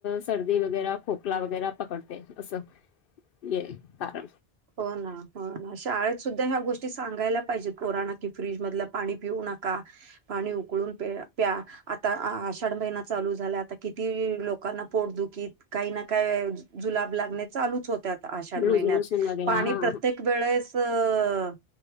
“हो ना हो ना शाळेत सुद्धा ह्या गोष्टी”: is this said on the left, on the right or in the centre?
Right